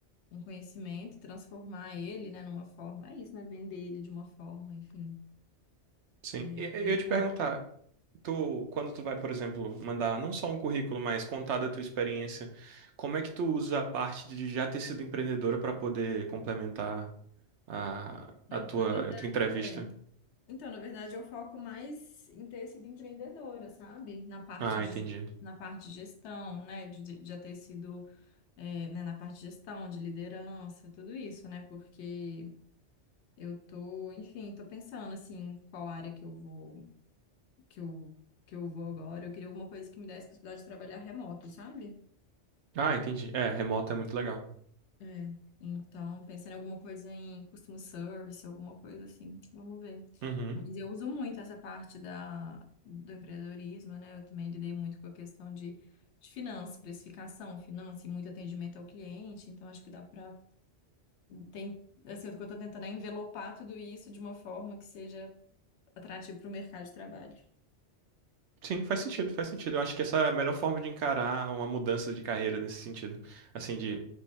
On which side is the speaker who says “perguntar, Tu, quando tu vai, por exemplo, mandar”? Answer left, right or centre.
Right